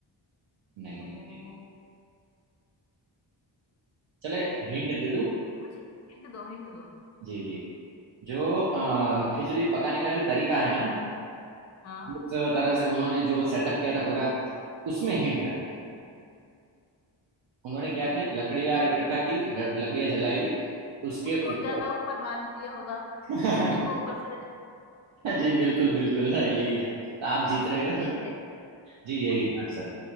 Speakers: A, on the right; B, on the left.
A: नहीं
B: तो
A: नहीं थी चले हिंट दे
B: कुछ
A: दूँ
B: कुछ हिंट दो हिंट दो
A: जी जी जो अ, खिचड़ी पकाने का जो तरीका है ना
B: हाँ
A: जिस तरह से उन्होंने जो सेटअप किया था पूरा उसमें हिंट है
B: ठीक।
A: उन्होंने क्या
B: अच्छा
A: किया लकड़ियां इकट्ठा की ल- लकड़ियां जलाई उसके
B: उसको
A: ऊपर
B: ज्यादा ऊपर बांध दिया होगा
A: <laughs>
B: खिचड़ी को ऊपर से
A: जी बिल्कुल बिल्कुल यही है तो आप जीत रहे हो
B: यही है
A: जी यही
B: <laughs>
A: है आंसर